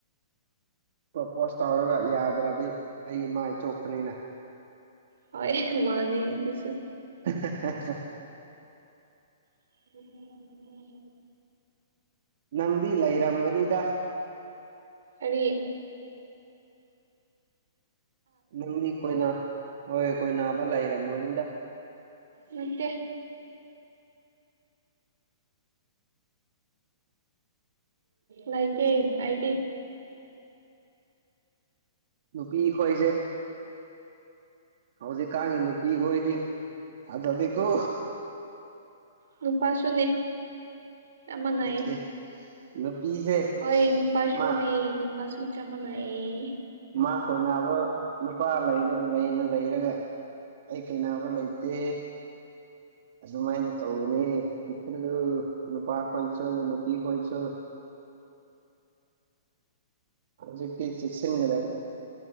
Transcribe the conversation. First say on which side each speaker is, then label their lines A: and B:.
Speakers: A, on the right; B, on the right.
A: ꯄꯣꯄꯣꯁ ꯇꯧꯔꯒ ꯌꯥꯗ꯭ꯔꯗꯤ ꯑꯩ ꯃꯥꯏ ꯆꯣꯛꯄꯅꯤꯅ
B: ꯍ ꯃꯥꯅꯦꯁꯨ
A: <inaudible>
B: ꯑꯗꯨ
A: ꯅꯪꯗꯤ ꯂꯩꯔꯝꯒꯅꯤꯗ
B: ꯑꯔꯤ
A: ꯅꯪꯗꯤ ꯀꯣꯏꯅ ꯍꯣꯏ ꯀꯣꯏ ꯅꯥꯕ ꯂꯩꯔꯝꯃꯣꯅꯤꯗ
B: ꯅꯠꯇ‌ꯦ ꯂꯩꯥꯏꯇ‌ꯦ ꯑꯩꯗꯤ
A: ꯅꯨꯄꯤ ꯈꫭꯏꯁꯦ ꯍꯧꯖꯤꯛꯀꯒꯤ ꯅꯨꯄꯤ ꯈꫭꯏꯗꯤ ꯊꯥꯖꯗꯦꯀꯣ
B: ꯅꯨꯄꯥꯁꯨꯅꯦ ꯆꯞꯃꯅꯩ
A: ꯅꯠꯇꯦ ꯅꯨꯄꯤꯁꯦ
B: ꯍꯣꯏ ꯅꯨꯄꯥꯁꯨꯅꯦ
A: ꯃꯥ
B: ꯅꯨꯄꯥꯁꯨ ꯆꯞ ꯃꯅꯩꯌꯦ
A: ꯃꯥ ꯀꯣꯏꯅꯥꯅꯕ ꯅꯨꯄꯥ ꯂꯩꯔ ꯂꯩꯅ ꯂꯩꯔꯒ ꯑꯩ ꯀꯩꯅꯕ ꯂꯩꯇꯦ ꯑꯗꯨꯃꯥꯏꯅ ꯇꯧꯕꯅꯤ ꯆ‌ꯦꯛꯁꯤꯟꯂꯨ ꯅꯨꯄꯥ ꯈꯣꯏꯁꯨ ꯅꯨꯄꯤ ꯈꯣꯏꯁꯨ ꯍꯧꯖꯤꯀꯤ ꯆꯤꯛꯁꯤꯟꯒꯗꯕꯅꯤ